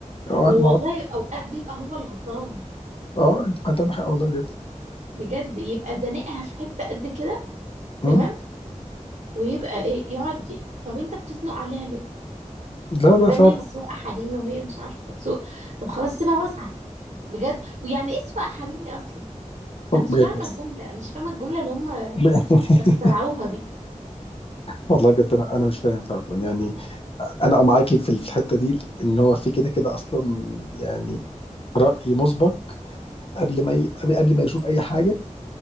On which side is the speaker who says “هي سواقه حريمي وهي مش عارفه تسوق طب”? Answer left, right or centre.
Right